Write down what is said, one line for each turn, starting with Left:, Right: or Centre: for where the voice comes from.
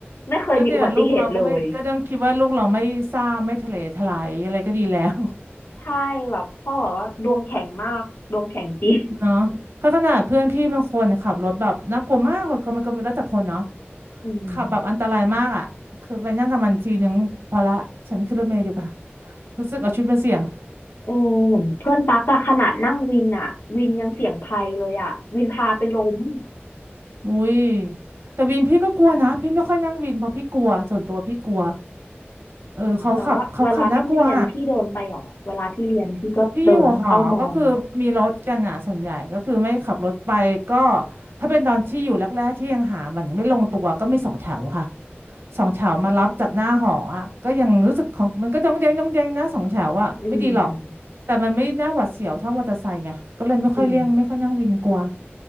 Left: ไม่เคยมีอุบัติเหตุเลย
Right: ก็เนี่ยลูกเราก็ไม่ก็ย้งคิดว่าลูกเราไม่ซ่าไม่ทะเลทลายอะไรก็ดีแล้ว
Left: ใช่แบบพ่อบอกว่าดวงแข็งมากดวงแข็งจริง
Right: <laughs> เนาะก็ขนาดเพื่อนพี่บางคนขับรถแบบน่ากลัวมากมันก็มันก็แล้วแต่คนเนาะ
Left: อืม
Right: ขับแบบอันตรายมากอ่ะคือไปนั่งกับมันทีนึงพอละฉันขึ้นรถเมล์ดีกว่ารู้สึกเอาชีวิตมาเสี่ยง
Left: เออเหมือนเพื่อนตักอะขนาดนั่งวินอะวินยังเสี่ยงภัยเลยอะวินพาไปล้ม
Right: อุ้ยแต่วินพี่ก็กลัวนะพี่ไม่ค่อยนั่งวินเพราะพี่กลัวส่วนตัวพี่กลัวเออเขาขับเขาขับน่ากลัว
Left: อืมแต่ว่าเวลาพี่เรียนพี่เดินไปหรอเวลาพี่เรียนพี่ก็เดินเข้ามอง
Right: พี่อยู่หอก็คือมีรถกันอ่ะส่วนใหญ่ก็คือไม่ขับรถไปก็ถ้าเป็นตอนที่อยู่แรกๆที่ยังหามันไม่ลงตัวก็มีสองแถวค่ะสองแถวมารับจากหน้าหออ่ะก็ยังรู้สึกของมันก็จ้องแจงต้องแจงนะสองแถวอ่ะไม่ดีหรอก
Left: อืม
Right: แต่มันไม่น่าหวาดเสียวเท่ามอเตอร์ไซค์ไงก็เลยไม่ค่อยเลี่ยงไม่ค่อยนั่งวินกลัว
Left: อืม